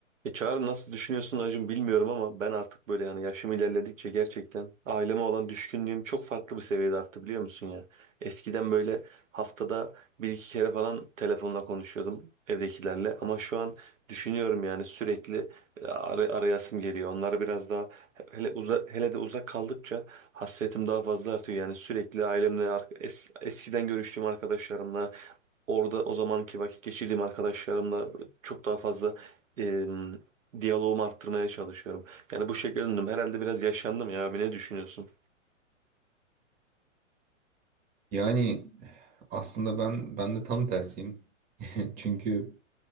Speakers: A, on the right (about 75°); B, on the right (about 20°).
A: E Çağrı nasıl düşünüyorsun Acun bilmiyorum ama ben artık böyle yani yaşım ilerledikçe gerçekten aileme olan düşkünlüğüm çok farklı bir seviyede arttı biliyor musun ya. Eskiden böyle haftada bir iki kere falan telefonla konuşuyordum evdekilerle ama şu an düşünüyorum yani sürekli e, ar- arayasım geliyor. Onlara biraz daha hele uza hele de uzak kaldıkça hasretim daha fazla artıyor yani sürekli ailemle ar- es- eskiden görüştüğüm arkadaşlarımla Orada o zamanki vakit geçirdiğim arkadaşlarımla çok daha fazla e, diyaloğumu arttırmaya çalışıyorum. Yani bu şekilde döndüm. Herhalde biraz yaşlandım ya abi ne düşünüyorsun?
B: Yani aslında ben ben de tam tersiyim. <laughs> Çünkü